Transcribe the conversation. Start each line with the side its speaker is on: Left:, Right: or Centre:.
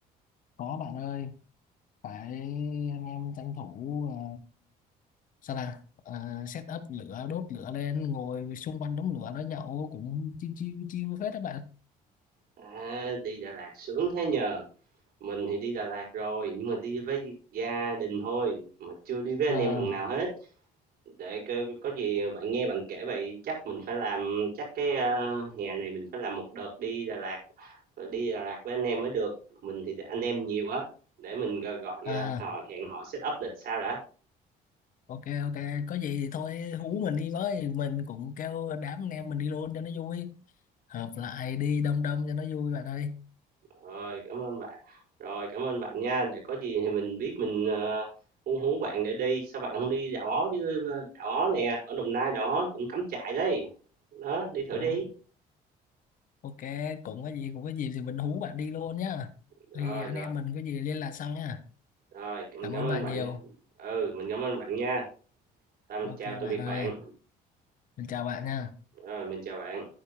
Left: có bạn ơi phải anh em tranh thủ à, sao là à, set up lửa đốt lửa lên ngồi xung quanh đống lửa đó nhậu cũng chiêu chiêu chiêu phết các bạn
Right: À, đi Đà Lạt sướng thế nhờ. Mình thì đi Đà Lạt rồi, nhưng mà đi với gia đình thôi, mà chưa đi với anh
Left: à,
Right: em lần nào hết. Để có, có gì bạn nghe bạn kể vậy, chắc mình phải làm, chắc cái ờ, hè này mình phải làm một đợt đi Đà Lạt, rồi đi Đà Lạt với anh em mới được. Mình thì anh em nhiều á, để mình gọi, gọi
Left: à
Right: ờ, hỏi hẹn họ set up lịch sao đã.
Left: ok ok có gì thì thôi hú mình đi với mình cũng kêu đám anh em mình đi luôn cho nó vui hợp lại đi đông đông cho nó vui bạn ơi
Right: Rồi, cảm ơn bạn. Rồi, cảm ơn bạn nha, để có gì thì mình biết mình, ờ, hú hú bạn để đi, sao bạn không đi Đảo Ó chứ? ờ, Đảo Ó nè, ở Đồng Nai Đảo Ó cũng cắm trại đấy, đó, đi thử
Left: Ok.
Right: đi.
Left: Ok, cũng có gì cũng có gì thì mình hú bạn đi luôn nhá.
Right: Rồi,
Left: Thì anh
Right: rồi,
Left: em mình có gì liên lạc sau nhá.
Right: rồi, mình
Left: Cảm
Right: cảm
Left: ơn
Right: ơn
Left: bạn
Right: bạn
Left: nhiều.
Right: nha. Ừ, mình cảm ơn bạn nha. Rồi, mình
Left: Ok
Right: chào tạm
Left: bạn
Right: biệt
Left: ơi,
Right: bạn.
Left: mình chào bạn nha.
Right: Rồi, mình chào bạn.